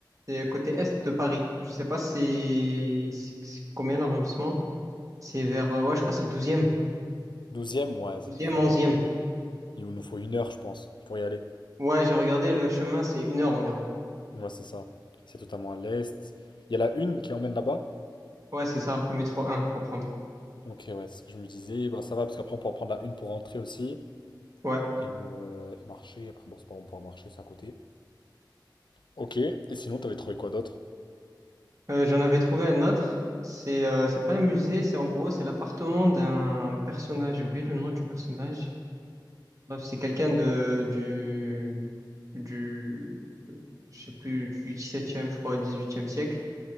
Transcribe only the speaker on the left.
Douzième, ouais,
ça va faire.
euh, Il nous faut une heure, je pense, pour y aller.
Ouais, c'est ça. C'est totalement à l'est. Il y a la une qui emmène là-bas?
Ok, ouais, c'est ce que je me disais. Bah ça va, parce qu'après, on pourra prendre la une pour rentrer aussi.
Et, euh, et marcher. Après, bon, c'est pas bon, on pourra marcher, c'est à côté. Ok, et sinon, t'avais trouvé quoi d'autre?